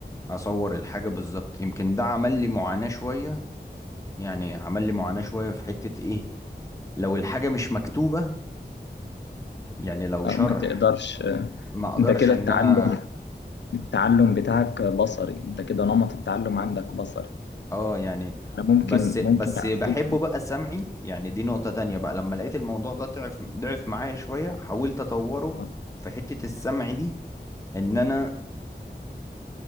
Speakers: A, on the left; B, on the left.
A: اصور الحاجة بالظبط يمكن ده عمل لي معاناة شوية يعني عمل لي معاناة شوية في حتة ايه لو الحاجة مش مكتوبة يعني لو
B: اه
A: شرح
B: ما تقدرش آه،
A: ما اقدرش
B: انت كده
A: ان
B: التعلم
A: انا
B: التعلم بتاعك بصري انت كده نمط التعلم عندك بصري
A: اه يعني
B: انا ممكن
A: بس
B: ممكن
A: بس
B: اديك
A: بحبه بقى سمعي يعني دي نقطة تانية بقى لما لقيت الموضوع ده ضعف ضعف معايا شوية حاولت اطوره
B: آه،
A: في حتة السمع دي ان انا